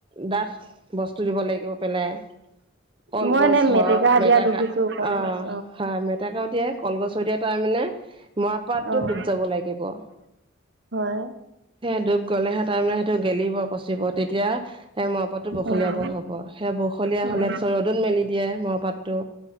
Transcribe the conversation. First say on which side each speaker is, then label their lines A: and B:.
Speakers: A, on the right (about 25°); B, on the right (about 60°).
A: ডাঠ বস্তু দিব লাগিব পেলাই। কলগছ
B: মই এনে
A: হওক, মেটেকা।
B: দিয়া দেখিছো কলগছ,
A: অ', হা মেট মেটেকা <unintelligible> কলগছ দিয়ে তাৰমানে মৰাাপাটটো
B: অ',
A: ডুব যাব লাগিব।
B: হয়।
A: সে ডুব গ'লেহে তাৰমানে সেইটো গেলিব, পচিব, তেতিয়া সেই মৰপাতটো বখলিয়াবৰ
B: উম,
A: হ'ব, সেই বখলীয়া
B: উম,
A: হ'লে তাৰপিছত ৰ'দত মেলি দিয়ে মৰপাতটো।